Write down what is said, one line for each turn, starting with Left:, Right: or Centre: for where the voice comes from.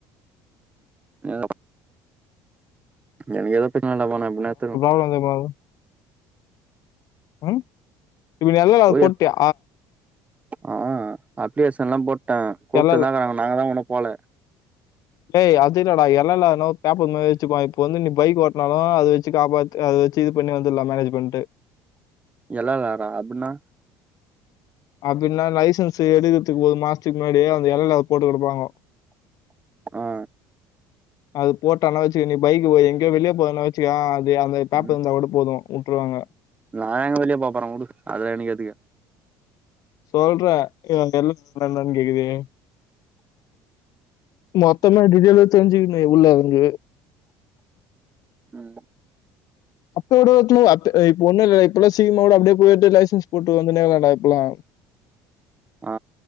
Right: எங்க எனக் எது பிரச்சன இல்லாம நா எப்பிட்னா எத்துருனு
Left: போங்க பாக்லா ம் இப்ப நீ எல் எல் ஆர்
Right: போய்
Left: போட்டியா
Right: ஆ அப்ளிகேஷன்லா போட்டே கூப்ட்டுன்தா
Left: எல் எல்
Right: இக்கறாங்க நாங்க தா உன்னு போல
Left: டேய் அதுல்லடா எல் எல் ஆர் னா ஒரு பேப்பர் மாரி வெச்சுக்கோ இப்ப வந்து நீ பைக் ஓட்னாலு அது வெச்சு காப்பாத் தி அத வச்சு இது பண்ணி வந்துர்லா மேனேஜு பண்ட்டு
Right: எல் எல் ஆரா அப்பிட்னா
Left: அப்பிட்னா லைசன்ஸ் எடுக்கற்த்துக்கு ஒரு மாஸ்த்துக் முன்னாடி அந்த எல் எல் ஆர் போட்டு குடுப்பாங்கோ
Right: ஆ
Left: அது போட்டன்னா வச்சுக்க நீ பைக் ஓ எங்யோ வெளிய போறன்னா வச்சுக்கே அது அந்த பேப்பர்ருந்தா
Right: ம்
Left: கூட போது உட்ருவாங்க
Right: நா எங்க வெளிய போ போற உடு அதுலா எனக் எதுக்கு
Left: சொல்ற இப்ப எல் எல் ஆர் னா என்னன் கேக்கறயே மொத்தமா டீடெய்லா தெரிஞ்சுக்கணு எவளோ அங்கு
Right: ம்
Left: அப்போடோ எத்துனவாட்டு ஏ இப்ப ஒன்னுல்ல இப்பல்லா சீக்ரமா கூட அப்டே போய் எட்டு லைசன்ஸ் போட்டு வந்துன்னே இருக்கான்டா இப்பல்லா
Right: ஆ